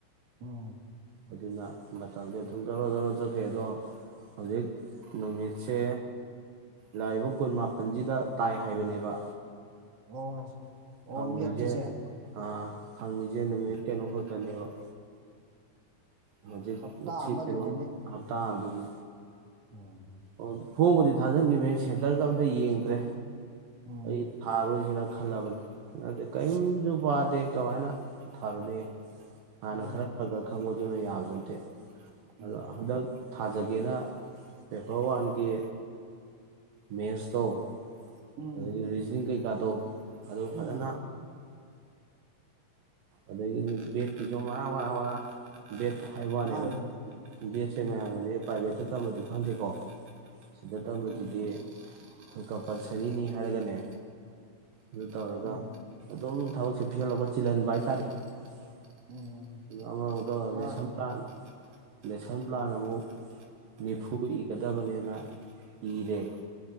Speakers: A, on the right (about 45°); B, on the right (about 75°).
A: ꯑꯣ
B: ꯑꯗꯨꯅ ꯃꯇꯝꯖꯦ ꯑꯗꯨꯝ ꯖꯣꯔꯣ - ꯖꯣꯔꯣ ꯆꯠꯈꯤ ꯑꯗꯣ ꯍꯧꯖꯤꯛ ꯅꯨꯃꯤꯠꯁꯦ ꯂꯥꯛꯏꯕ ꯀꯨꯟ ꯃꯥꯄꯜꯁꯤꯗ ꯇꯥꯏ ꯍꯥꯏꯕꯅꯦꯕ
A: ꯑꯣ
B: <unintelligible>
A: ꯑꯣ ꯅꯦꯠꯀꯤꯁꯦ
B: ꯑꯥ ꯐꯪꯉꯤꯖꯦ
A: ꯎꯝ
B: ꯅꯨꯃꯤꯠ ꯀꯩꯅꯣ ꯈꯛ <unintelligible> ꯍꯧꯖꯤꯛ
A: ꯍꯞꯇꯥ
B: ꯁꯤ
A: ꯑꯃꯗꯨꯅꯤꯅꯦ
B: ꯍꯞꯇꯥ <unintelligible>
A: ꯎꯝ꯫
B: ꯑꯣ ꯐꯣꯝꯕꯨꯗꯤ ꯊꯥꯖꯤꯟꯈꯤꯕꯅꯦ ꯁꯦꯟꯇꯔꯗ ꯑꯝꯇ ꯌꯦꯡꯗ꯭ꯔꯦ꯫
A: ꯎꯝ
B: ꯑꯩ ꯊꯥꯔ ꯔꯣꯏꯖꯤꯔꯥ ꯈꯜꯂꯕꯅꯦ ꯍꯟꯗꯛꯇꯤ ꯀꯩꯝꯖꯨ
A: ꯎꯝ
B: ꯄꯥꯗꯦ ꯀꯃꯥꯏꯅ ꯊꯥꯔꯨꯅꯤ? ꯍꯥꯟꯅ
A: ꯃꯥꯅꯦ
B: ꯈꯔ ꯐꯖ ꯈꯪꯕ ꯑꯗꯨꯅ ꯌꯥꯕꯗꯤ ꯅꯠꯇꯦ
A: ꯎꯝ
B: ꯑꯗ ꯍꯟꯗꯛ ꯊꯥꯖꯒꯦꯅ ꯄꯦꯄꯔ ꯋꯥꯟꯒꯤ ꯃꯦꯠꯁꯇꯣ
A: ꯎꯝ
B: ꯑꯗ ꯒꯤ ꯔꯤꯖꯅꯤꯡ ꯀꯩ ꯀꯥꯗꯣ ꯑꯗꯨ
A: ꯎꯝ
B: ꯐꯖꯅ ꯑꯗꯒꯤꯗꯤ ꯕꯦꯠꯀꯤꯖꯨ ꯃꯔꯥꯡ ꯃꯔꯥꯡ ꯃꯔꯥꯡ ꯕꯦꯗ ꯍꯥꯏꯕ
A: ꯎꯝ
B: ꯋꯥꯅꯦꯕ
A: ꯃꯥꯅꯤꯅꯦ
B: ꯕꯦꯠꯁꯦ
A: ꯎꯝ
B: ꯃꯌꯥꯝꯅꯗꯤ ꯄ꯭ꯔꯥꯏꯚꯦꯠꯇ <unintelligible> ꯈꯪꯗꯦꯀꯣ ꯁꯤꯗ ꯇꯝꯕꯁꯤꯗꯤ
A: ꯎꯝ
B: ꯑꯩꯈꯣꯏ ꯀꯝꯄꯜꯁꯔꯤꯅꯤ ꯍꯥꯏꯔꯒꯅꯦ ꯑꯗꯨ ꯇꯧꯔꯒ
A: ꯎꯝ
B: ꯑꯗꯨꯝ ꯊꯕꯛꯁꯤ ꯄꯤꯍꯜꯂꯛꯄ ꯆꯤꯜꯍꯟꯕ <unintelligible> ꯑꯉꯥꯡꯗ
A: ꯎꯝ ꯃꯥꯅꯤꯅꯦ
B: ꯂꯦꯁꯟ ꯄꯥꯟ ꯂꯦꯁꯟ ꯄ꯭ꯂꯥꯅ ꯃꯨꯛ ꯅꯤꯐꯨ
A: ꯎꯝ
B: ꯏꯒꯗꯕꯅꯦꯅ ꯅ ꯏꯤꯔꯦ
A: ꯎꯝ